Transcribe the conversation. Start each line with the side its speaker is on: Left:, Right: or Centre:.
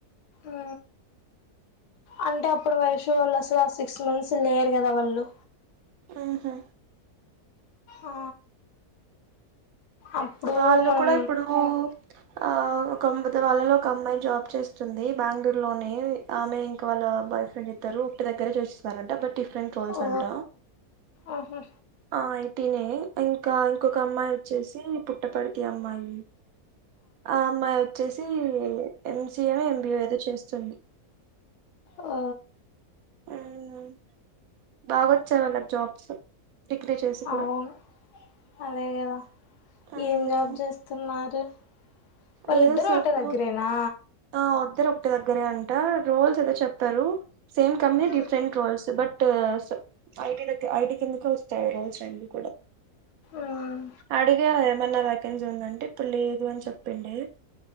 Left: ఊ అంటే అప్పుడు వైషు వాళ్ళు అసలు ఆ సిక్స్ మంత్స్ లేరు కదా వాళ్ళు
Right: ఆహు
Left: ఆ అప్పుడు
Right: వాళ్ళు
Left: మనం
Right: కూడా ఇప్పుడు ఆ కొంపతో వాళ్ళలో ఒక అమ్మాయి జాబ్ చేస్తుంది బెంగళూరు లోనే ఆమె ఇంకా వాళ్ళ బాయ్ ఫ్రెండ్ ఇద్దరు ఒకటి దగ్గరే చేసిస్తారంట బట్ డిఫరెంట్ రోల్స్
Left: ఓ
Right: అంట
Left: ఆహా
Right: ఆ ఐటినే ఇంకా ఇంకొక అమ్మాయి వచ్చేసి పుట్టపర్తీ అమ్మాయి ఆ అమ్మాయి వచ్చేసి ఎంసిఏ నో ఎంబిఏ ఏదో చేస్తుంది
Left: ఆ
Right: ఉమ్ బాగొచ్చాయి వాళ్ళకి జాబ్స్ డిగ్రీ చేసి కూడా
Left: అవును అదే కదా
Right: ఉమ్
Left: ఏం జాబ్ చేస్తున్నారు వాళ్ళిద్దరూ
Right: ఏదో సఫూర్
Left: ఒకటే దగ్గరేనా
Right: ఆ వద్దరం దగ్గరే అంట రోల్స్ అయితే చెతారు సేమ్ కమ్
Left: మ్మ్
Right: different roles but toes I IT కిందకి వస్తాయ్ ఆ రోల్స్ రెండు కూడా
Left: మ్మ్
Right: అడిగే ఏమన్నా వ్యాకెన్సీ ఉందంటే ఇప్పుడు లేదు అని చెప్తుండే